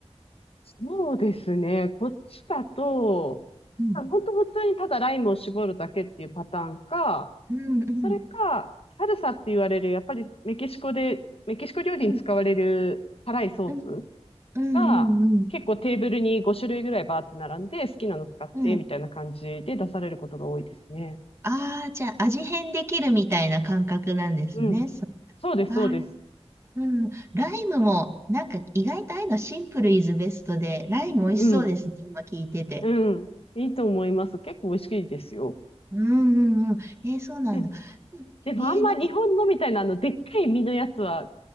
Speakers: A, on the left; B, on the right.
A: そうですね。こっちだと、
B: うん。
A: あほんと普通にただライムを絞るだけっていうパターンか、
B: うんうん
A: それか、サルサって言われる、やっぱりメキシコで、メキシコ料理に使われる辛いソース
B: うん。うんうんうん
A: が、結構テーブルに5種類ぐらいバーって並んで、好きなの使って、
B: うん。うん。
A: みたいな感じで出されることが多いですね。
B: ああー、じゃあ味変できるみたいな感覚なんですね。
A: うん。
B: そ
A: そうです、
B: う。あー、
A: そうです。
B: うん。ライムも、なんか意外とああいうのシンプルイズベストで、ライム美味しそうですね、
A: うん。
B: 今聞いてて。
A: うん。いいと思います。結構美味しいですよ。
B: うんうんうん。えーそうなんだ。
A: で、
B: うんえーなんか、
A: でもあんま日本のみたいなあの、でっかい身のやつは